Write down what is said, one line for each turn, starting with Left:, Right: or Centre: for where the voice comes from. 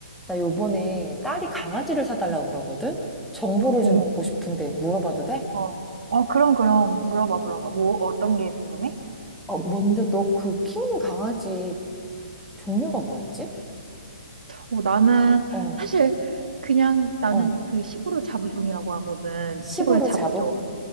Centre: 나 요번에 딸이 강아지를 사달라고
Right: 응.
Centre: 그러거든? 정보를 좀
Right: 어머,
Centre: 얻고 싶은데 물어봐도 돼?
Right: 어. 어, 그럼, 그럼. 물어봐, 물어봐. 뭐, 어떤 게 궁금해?
Centre: 어, 먼저 너 그 키우는 강아지 종류가 뭐였지?
Right: 어, 나는
Centre: 어,
Right: 사실 그냥 나는
Centre: 어.
Right: 그 시골 잡종이라고 하거든.
Centre: 시부르
Right: 시골 잡종.
Centre: 자부?